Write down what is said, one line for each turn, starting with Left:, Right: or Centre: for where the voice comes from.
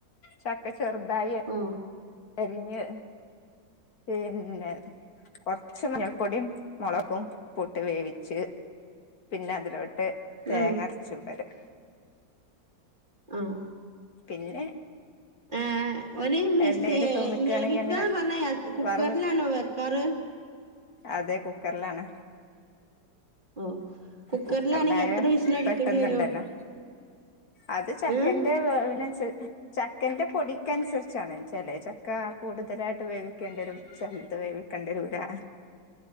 Left: ചക്ക ചെറുതായി
Right: ഓ
Left: അരിഞ്ഞഞ് പിന്നെ കൊറച്ച് മഞ്ഞൾപ്പൊടിയും മുളകും ഉപ്പ്ട്ട് വേവിച്ച് പിന്നെ അതിലോട്ട് തേങ്ങരച്ചത്
Right: ഉം
Left: വരെ
Right: ആഹ
Left: പിന്നെ
Right: ഏ ഒരു മിസ്
Left: എണ്ണയിൽ തൂമിക്കുകയാണെങ്കിൽ
Right: വിിക്കന്ന്
Left: അങ്ങനെ
Right: പറഞ്ഞ കുക്കറിലാണോ
Left: വറവിട
Right: വെക്കാറ്
Left: അതെ കുക്കറിലാണ്
Right: ഓ കുക്കറിലാണെങ്കി
Left: കുക്കറിലായ
Right: എത്ര വിസിലടിക്കേണ്ടി
Left: പെട്ടന്നണ്ടല്ലോ
Right: വരും
Left: അത് ചക്കന്റെ
Right: ഏ
Left: വേവിനു ചക്കന്റെ പൊടിക്കനുസരിച്ചാണ് ചില ചക്ക കൂടുതലായിട്ട് വേവിക്കേണ്ടരും ചെലത് വേവിക്കണ്ടിരൂരാ